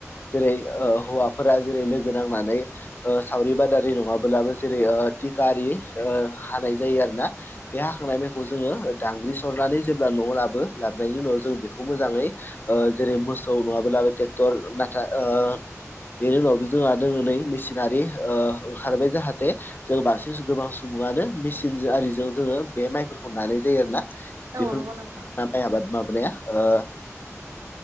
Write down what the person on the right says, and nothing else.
थारैनो
औ नंगौ नोंथां